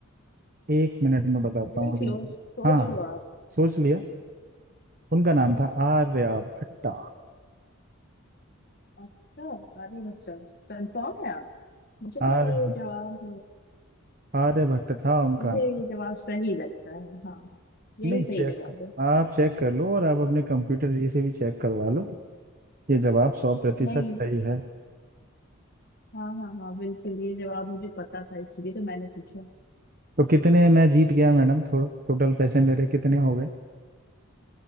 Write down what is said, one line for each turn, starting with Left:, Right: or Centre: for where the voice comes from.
Right: एक मिनट में बताता
Left: देख
Right: हूँ
Left: लो सोच
Right: हाँ
Left: लो आप
Right: सोच लिया उनका नाम था आर्य भट्टा
Left: अच्छा आगे बच्चा कंफर्म है आप मुझे
Right: आर्य
Left: तो ये जवाब
Right: आर्य भट्ट था उनका
Left: मुझे
Right: नाम
Left: ये जवाब सही लगता है हाँ यही
Right: नहीं
Left: सही
Right: चेक
Left: जवाब है
Right: आप चेक कर लो और आप अपने कंप्यूटर जी से भी चेक करवा लो ये जवाब सौ प्रतिशत
Left: नहीं
Right: सही है
Left: हाँ हाँ हाँ बिल्कुल ये जवाब मुझे पता था इसलिए तो मैंने पूछा
Right: तो कितने मैं जीत गया मैडम थोड़ा टोटल पैसे मेरे कितने हो गए